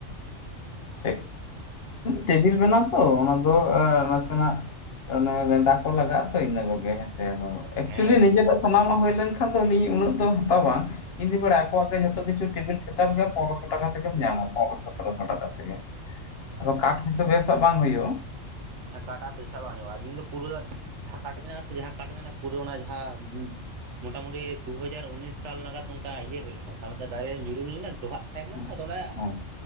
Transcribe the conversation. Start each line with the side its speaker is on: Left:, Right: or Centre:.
Left: ᱴᱷᱤᱠ, ᱴᱮᱵᱤᱞ ᱵᱮᱱᱟᱣ ᱛᱚ ᱚᱱᱟ ᱫᱚ ᱱᱟᱥᱮᱱᱟᱜ ᱚᱱᱮ ᱨᱮᱰᱟ ᱠᱚ ᱞᱟᱜᱟᱜ-ᱟ ᱛᱚ ᱤᱱᱟᱹ ᱠᱚᱜᱮ ᱦᱮᱸᱥᱮ ᱟᱫᱚ ᱮᱠᱪᱩᱭᱮᱞᱤ
Right: ᱦᱮᱸ
Left: ᱱᱤᱡᱮᱨᱟᱜ
Right: ᱦᱮᱸ
Left: ᱥᱟᱱᱟᱢᱟᱜ ᱦᱩᱭ ᱞᱮᱱᱠᱷᱟᱱ ᱫᱚ ᱟᱹᱞᱤᱧ ᱩᱱᱟᱹᱜ ᱫᱚ ᱦᱟᱛᱟᱣ ᱵᱟᱝ, ᱤᱧ ᱫᱚᱧ ᱵᱟᱰᱟᱭᱟ ᱟᱠᱚᱟᱜ ᱜᱮ ᱡᱷᱚᱛᱚ ᱠᱤᱪᱷᱩ ᱴᱮᱵᱤᱞ ᱥᱮᱴᱟᱯ ᱜᱮ ᱯᱚᱱᱮᱨᱚᱥᱚ ᱴᱟᱠᱟ ᱛᱮᱜᱮᱢ ᱧᱟᱢᱟ ᱯᱚᱱᱨᱚᱥᱚ᱾ ᱯᱚᱱᱨᱚᱥᱚ ᱴᱟᱠᱟ ᱛᱮᱜᱮ
Right: ᱦᱮᱸ
Left: ᱟᱫᱚ ᱠᱟᱴ ᱦᱚᱭᱛᱚ ᱵᱮᱥᱟᱜ ᱵᱟᱝ ᱦᱩᱭᱩᱜᱼᱟ᱾
Right: ᱦᱮᱸ ᱠᱟᱴᱟᱜ ᱵᱮᱥᱟᱜ ᱵᱟᱝ ᱦᱩᱭᱩᱜ-ᱟ᱾ ᱤᱧ ᱫᱚ ᱯᱩᱨᱟᱹ ᱡᱟᱦᱟᱸ ᱠᱟᱴ ᱢᱮᱱᱟᱜ-ᱟ ᱥᱮ ᱡᱟᱦᱟᱸ ᱠᱟᱴ ᱢᱮᱱᱟᱜ-ᱟ ᱯᱩᱨᱟᱹ ᱚᱱᱟ ᱡᱟᱦᱟᱸ ᱢᱚᱴᱟᱢᱩᱴᱤ ᱫᱩᱦᱟᱡᱟᱨ ᱩᱱᱤᱥ ᱥᱟᱞ ᱱᱟᱜᱟᱛ ᱚᱱᱠᱟ ᱤᱭᱟᱹ ᱦᱩᱭ ᱞᱮᱱᱟ ᱛᱟᱯᱚᱨ ᱢᱤᱫᱴᱮᱱ ᱫᱟᱨᱮ ᱨᱮ ᱧᱩᱨᱩ ᱞᱮᱱᱟ ᱰᱚᱵᱷᱟᱜ ᱛᱟᱦᱮᱸ ᱠᱟᱱᱟ
Left: ᱦᱮᱸ
Right: ᱛᱚ ᱟᱫᱚ ᱚᱱᱮ
Left: ᱦᱳᱭ